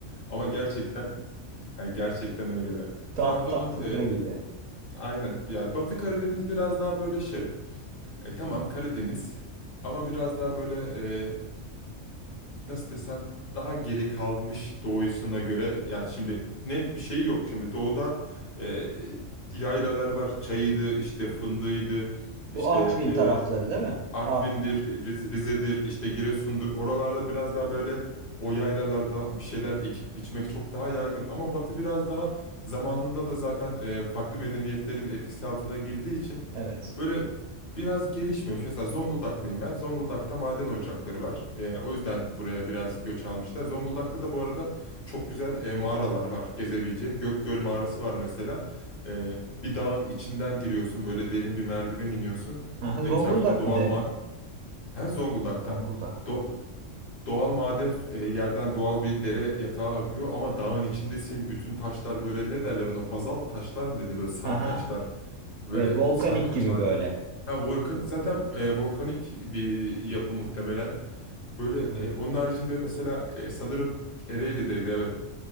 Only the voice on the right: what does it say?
Tam
tam fıkra
gibi.
Bu Artvin
tarafları değil mi?
Artvin.
Evet.
Aha,
Zonguldak
mı dedin?
Zonguldak'ta.
Aha.
Evet, volkanik
gibi
böyle.
Evet.